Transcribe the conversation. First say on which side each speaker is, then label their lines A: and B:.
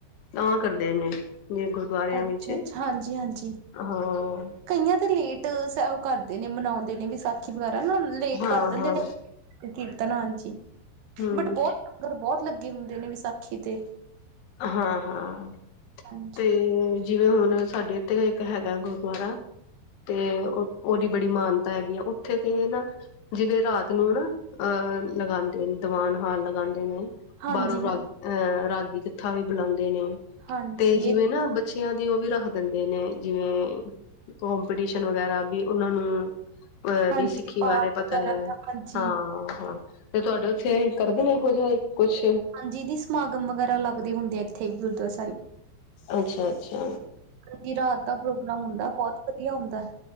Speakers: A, on the left; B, on the right.
A: ਤਾਂ ਕਰਦੇ ਨੇ। ਜ ਗੁਆਰਿਆਂ
B: ਅੱਛਾ-ਅੱਛਾ
A: ਚ'
B: ਹਾਂਜੀ-ਹਾਂਜੀ।
A: ਹਾਂ।
B: ਕਈਆਂ ਤੇ ਲੇਟ ਸ ਉਹ ਕਰਦੇ ਨੇ ਮਨਾਉਂਦੇ ਨੇ ਵਿਸਾਖੀ ਵਗੈਰਾ। ਨਾ ਲੇਟ
A: ਹਾਂ
B: ਕਰ ਦਿੰਦੇ
A: ਹਾਂ
B: ਨੇ ਤੇ ਕੀਰਤਨ ਹਾਂਜੀ।
A: ਹਮ
B: ਬਟ ਬਹੁਤ ਲੰਗਰ ਬਹੁਤ ਲੱਗੇ ਹੁੰਦੇ ਨੇ ਵਿਸਾਖੀ ਤੇ।
A: ਹਾਂ-ਹਾਂ।
B: ਹਾਂਜੀ
A: ਤੇ ਜਿਵੇਂ ਹੁਣ ਸਾਡੇ ਇੱਥੇ ਇੱਕ ਹੈਗਾ। ਗੁਰ ਦੁਾਰਰਾ। ਤੇ ਉਹਦੀ ਬੜੀ ਮਾਨਤਾ ਹੈਗੀ। ਆ ਉੱਥੇ ਤੇ ਨਾ ਜਿਵੇਂ ਰਾਤ ਨੂੰ ਨਾ ਅਹ ਲਗਾਉਂਦੇ ਦਵਾਨ ਹਾਲ ਲਗਾਉਂਦੇ ਨੇ।
B: ਹਾਂਜੀ
A: ਬਾਹਰੋਂ ਰਾਗੀ
B: ਹਾਂ
A: ਅਹ ਰਾਗੀ ਜਥਾ ਵੀ ਬੁਲਾਉਂਦੇ ਨੇ ਓਹ।
B: ਹਾਂਜੀ
A: ਤੇ ਜਿਵੇਂ
B: ਇਹ
A: ਨਾ ਬੱਚਿਆਂ ਦੀ ਉਹ ਵੀ ਰੱਖਦੇ ਦਿੰਦੇ ਨੇ ਜਿਵੇਂ ਕਪੀਟੀਸ਼ਨ ਵਗੈਰਾ ਵੀ ਉਹਨਾਂ ਨੂੰ ਅ
B: ਹਾਂਜੀ
A: ਵੀ ਸਿੱਖੀ
B: ਪਾਠ
A: ਬਾਰੇ ਪਤਾ
B: ਵਗੈਰਾ
A: ਲੱਗ।
B: ਦਾ ਹਾਂਜੀ
A: ਹਾਂ-ਹਾਂ। ਤੇ ਤੁਹਾਡੇ ਉੱਥੇ ਕਰਦੇ ਨੇ ਇਹੋ ਜਿਹੇ ਕੁਛ?
B: ਹਾਂਜੀ। ਦੀ ਸਮਾਗਮ ਵਗੈਰਾ ਲੱਗਦੇ ਹੁੰਦੇ ਆ। ਇੱਥੇ ਵੀ ਗੁਰਦੁਆਰਾ ਸਾਹਿਬ।
A: ਅੱਛਾ- ਅੱਛਾ।
B: ਕਿਉਂਕਿ ਰਾਤ ਦਾ ਪ੍ਰੋਗਰਾਮ ਹੁੰਦਾ ਬਹੁਤ ਵਧੀਆ ਹੁੰਦਾ।